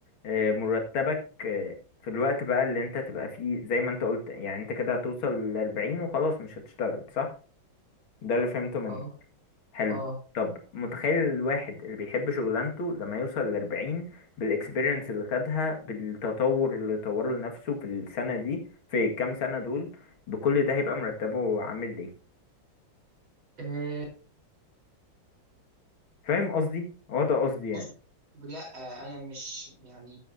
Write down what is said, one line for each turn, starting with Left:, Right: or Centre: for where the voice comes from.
Left: آه، مرتبك آه، في الوقت بقى اللي انت تبقى فيه زي ما انت قلت يعني انت كده هتوصل ل 40 وخلاص مش هتشتغل صح ده اللي فهمته منك
Right: اه
Left: حلو
Right: اه
Left: طب متخيل الواحد اللي بيحب شغلانته لما يوصل لأربعين بالإكسبيرينس اللي خدها بالتطور اللي طوره لنفسه في السنة دي في الكام سنة دول بكل ده هيبقى مرتبه عامل ايه
Right: إيه،
Left: فاهم قصدي هو ده قصدي
Right: بص
Left: يعني
Right: لا انا مش يعني